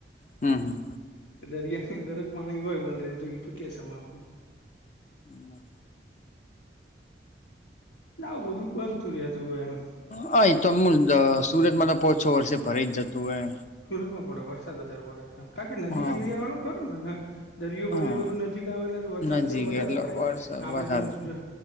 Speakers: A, on the left (about 40°); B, on the left (about 85°).
A: હમ હમ
B: દરિયા ની અંદર જ પાણી હોય વલરે તો તો કે સમાવાનું
A: ના
B: આવું બધું બનતું રે તું હોય એમ
A: હા એ તો અમુલ અહ સુરતમાં તો પાંચ છ વર્ષે ભરાઈ જ જતું હોય
B: સુરત માં પડે વરસાદ વધારે પડે કારણ કે નદી
A: હા
B: એરિયા વાળું ખરું ન ને દરિયો
A: હા
B: ભરિયો બધું નજીક આવેલા વરસાદ
A: નજીક
B: ત્યાં વધારે
A: એટલે
B: પડે
A: વર્ષ
B: આપડે
A: વધારે
B: જેમ જ